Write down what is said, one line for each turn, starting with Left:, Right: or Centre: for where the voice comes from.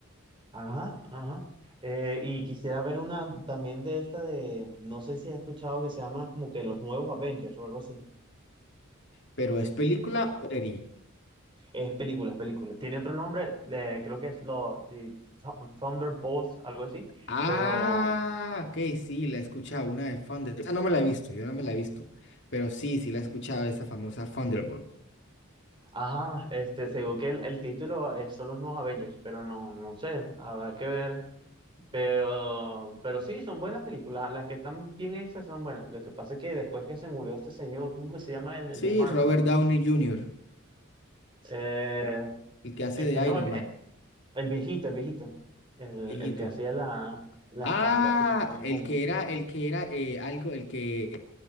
Right: Ajá, ajá. Eh, y quisiera ver una también de esta de, no sé si has escuchado que se llama como que los nuevos Avengers o algo así.
Left: Pero ¿es película o serie?
Right: Es película, es película. Tiene otro nombre, eh, creo que es lo, The Thu- Thunderbolts, algo así,
Left: Ah,
Right: pero,
Left: ok, sí, la he escuchado, una de Thunder. Esa no me la he visto, yo no me la he visto. Pero sí, sí la he escuchado, esa famosa Thunderbolt.
Right: ajá, este, según que el, el título es, son los nuevos Avengers, pero no, no sé, habrá que ver, pero, pero sí, son buenas películas, las que están bien hechas son buenas. Lo que pasa es que después que se murió este señor, ¿cómo que se llama el, el
Left: Sí,
Right: de Marvel?
Left: Robert Downey Jr.,
Right: Eh,
Left: el que hace
Right: este,
Left: de
Right: no,
Left: Iron
Right: el,
Left: Man,
Right: el viejito, el viejito, el,
Left: viejito.
Right: el que hacía la, la
Left: Ah,
Right: caricatura, el,
Left: el que era, el que era eh, algo, el que,